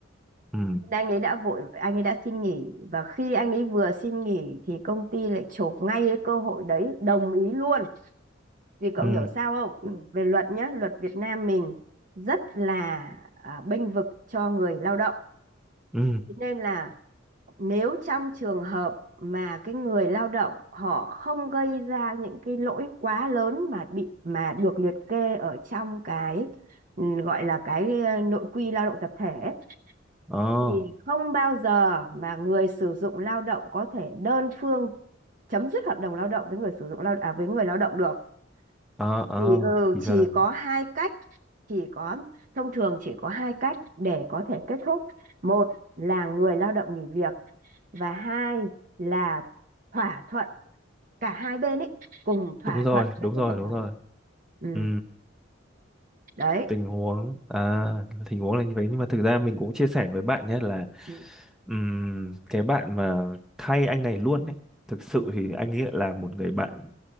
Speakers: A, in the centre; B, on the right.
A: ừ
B: anh ấy đã vội anh ấy đã xin nghỉ và khi anh ấy vừa xin nghỉ thì công ty lại chộp ngay cái cơ hội đấy đồng ý luôn Vì cậu
A: ừ
B: hiểu sao không? Ừ, Về luật nhá, luật Việt Nam mình rất là à, bênh vực cho người lao động.
A: ừ
B: Thế Nên là nếu trong trường hợp mà cái người lao động họ không gây ra những cái lỗi quá lớn mà bị mà được liệt kê ở trong cái ừ, gọi là cái ờ, nội quy lao động tập thể ấy,
A: ờ
B: thì không bao giờ mà người sử dụng lao động có thể đơn phương chấm dứt hợp đồng lao động với người sử dụng lao à với người lao động được
A: ờ ờ
B: thì ừ,
A: thì
B: chỉ
A: ra là
B: có hai cách chỉ có thông thường chỉ có hai cách để có thể kết thúc một là người lao động nghỉ việc và hai là thỏa thuận cả hai bên ấy cùng thỏa
A: đúng rồi
B: thuận
A: đúng
B: kết thúc
A: rồi
B: hợp
A: đúng
B: đồng
A: rồi
B: ừ,
A: ừ
B: đấy
A: tình huống à tình huống là như vậy nhưng mà thực ra mình cũng chia sẻ với bạn nhé là
B: ừ.
A: ừm, cái bạn mà thay anh này luôn ấy thực sự thì anh ấy là một người bạn